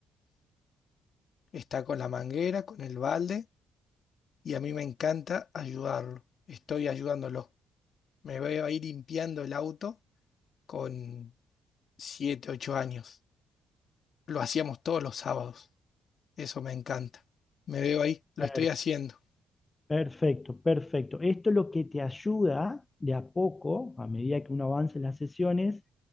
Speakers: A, on the left (about 55°); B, on the left (about 25°).
A: Está con la manguera, con el balde y a mí me encanta ayudarlo. Estoy ayudándolo. Me veo ahí limpiando el auto con 7, 8 años. Lo hacíamos todos los sábados. Eso me encanta. Me veo ahí, lo
B: Per-
A: estoy haciendo.
B: Perfecto, perfecto. Esto es lo que te ayuda de a poco, a medida que uno avance en las sesiones,